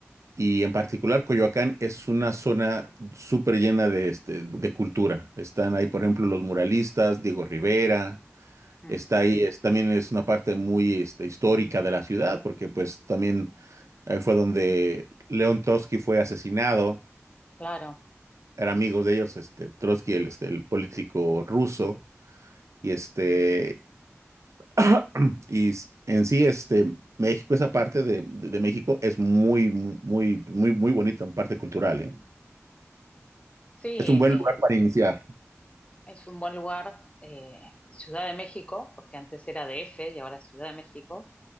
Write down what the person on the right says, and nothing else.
Y en particular, Coyoacán es una zona súper llena de, este, de cultura. Están ahí, por ejemplo, los muralistas, Diego Rivera,
está ahí, es- también es una parte muy este, histórica de la ciudad, porque pues también eh, fue donde León Trotsky fue asesinado.
Eran amigos de ellos, este, Trotsky, el, este, el político ruso, y este, <clears throat> y s- en sí, este, México, esa parte de, de- de México es muy, muy, muy, muy bonita en parte cultural, ¿eh?
Es
un buen lugar para iniciar.